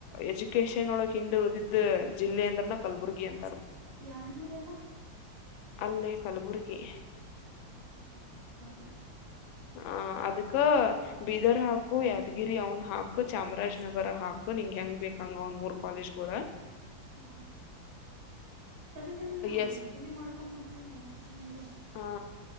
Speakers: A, on the left (about 85°); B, on the right (about 70°).
A: ಎಜುಕೇಶನ್ ಒಳಗ್ ಹಿಂದ್ ಉಳ್ದಿದ್ದ ಜಿಲ್ಲೆ ಅಂದ್ರನ ಕಲಬುರ್ಗಿ ಅಂತ
B: ಯಾದಗಿರಿ ಎಲ್ಲ
A: ಅಲ್ಲೇ ಕಲಬುರ್ಗಿ
B: ಹನೇನ್ ಬಾಳ್ ನಮ ಬಂದ್ರು
A: ಹ ಅದಕ್ಕ ಬೀದರ್ ಹಾಕು ಯಾದಗಿರಿ ಅವನ್ ಹಾಕು ಚಾಮರಾಜನಗರ ಹಾಕು ನಿಂಗ ಹೆಂಗ್ ಬೇಕಂಗ ಒಂದ್ ಮೂರ್ ಕಾಲೇಜುಗಳ
B: ಹಾ ತಡಿ ತಡಿ ನು
A: ಎಸ್
B: ಇದನ್ನೇ ಮಾಡ್ಕೊಂಡ್ಬಿಡ್ತೀನಿ ಒಂದ್ ಸೆಕೆಂಡ್ ಇರು
A: ಹ